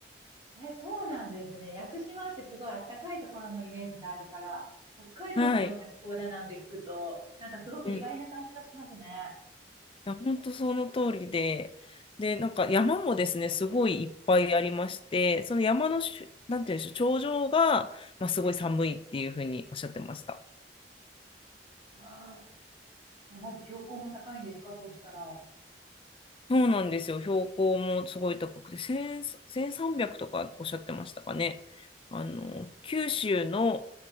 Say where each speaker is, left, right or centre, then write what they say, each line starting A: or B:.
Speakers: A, on the right; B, on the left.
A: え、そうなんですね。屋久島ってすごいあったかいところのイメージがあるから、北海道のような気候だなんて聞くと、
B: はい。
A: なんかすごく意外な感じがしますね。
B: うん。いや、本当その通りで、で、なんか山もですね、すごいいっぱいありまして、その山のしゅ、なんていうんでしょう、頂上が、まあ、すごい寒いっていうふうにおっしゃってました。
A: ああ、山って標高も高いんですかそうしたら。
B: そうなんですよ。標高もすごい高くて、1000、3 0 0とかおっしゃってましたかね。あの、九州の